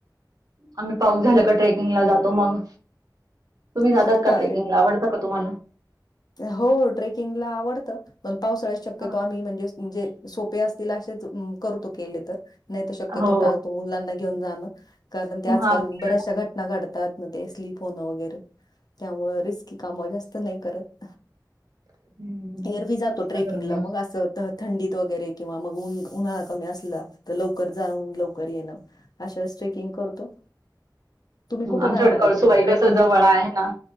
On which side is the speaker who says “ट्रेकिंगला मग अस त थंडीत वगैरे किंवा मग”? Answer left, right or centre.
Left